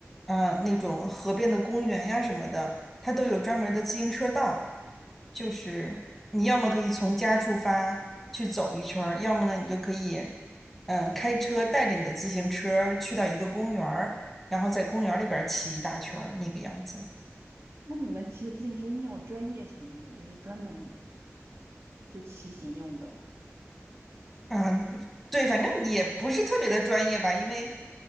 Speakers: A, in the centre; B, on the right (about 60°).
A: 呃，那种河边的公园呀什么的，它都有专门的自行车道。就是你要么可以从家出发去走一圈儿，要么呢你就可以，嗯，开车带着你的自行车去到一个公园儿，然后在公园儿里边儿骑一大圈儿那个样子。
B: 那你们骑的自行车是那种专业型的吗？就是专门就骑行用的
A: 啊，对，反正也不是特别的专业吧，因为，